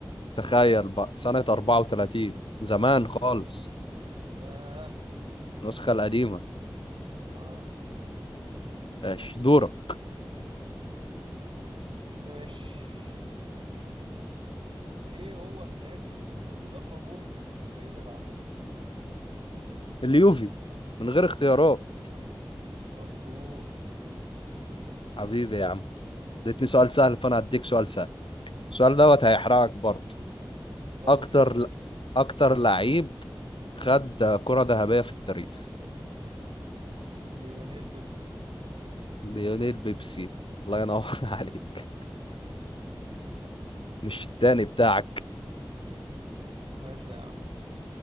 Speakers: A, on the left (about 85°); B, on the right (about 85°).
A: تخيل بقى سنة 34 زمان خالص
B: ياه
A: النسخة القديمة
B: اه
A: ماشي دورك
B: ماشي ايه هو النادي اللي لقبه السيدة العجوز
A: اليوفي من غير اختيارات
B: مظبوط
A: حبيبي يا عم اديتني سؤال سهل فأنا هديك سؤال سهل السؤال دوت
B: اسأل
A: هيحرقك
B: يا باشا
A: برضه
B: برضه
A: اكتر اكتر لعيب خد كرة ذهبية في التاريخ
B: ليونيل بيبسي
A: ليونيل بيبسي الله ينور <laughs> عليك مش التاني بتاعك
B: ماشي يا عم